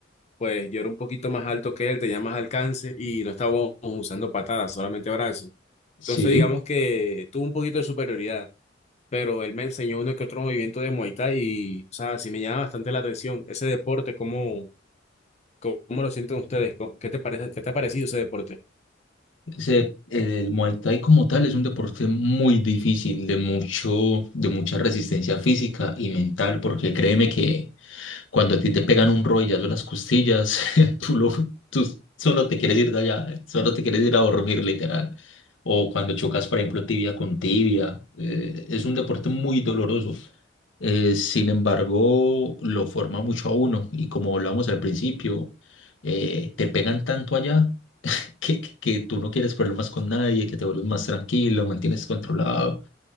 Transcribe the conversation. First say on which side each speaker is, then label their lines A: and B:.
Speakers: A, on the left; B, on the left.
A: pues yo era un poquito más alto que él, tenía más alcance y no estábamos usando patadas, solamente brazos.
B: sí,
A: Entonces, digamos que tuvo un poquito de superioridad, pero él me enseñó uno que otro movimiento de Muay Thai y, o sea, sí me llama bastante la atención ese deporte, como ¿Cómo lo sienten ustedes? Co- ¿Qué te parece, qué te ha parecido ese deporte?
B: ese- el Muay Thai como tal es un deporte muy difícil, de mucho, de mucha resistencia física y mental, porque créeme que Cuando a ti te pegan un rodillazo en las costillas, <laughs> tú, lo- tú solo te quieres ir de allá, solo te quieres ir a dormir, literal. O cuando chocas, por ejemplo, tibia con tibia, eh, es un deporte muy doloroso. Eh, sin embargo, lo forma mucho a uno y como hablábamos al principio, eh, te pegan tanto allá <laughs> que, que que tú no quieres problemas con nadie, que te vuelves más tranquilo, mantienes controlado.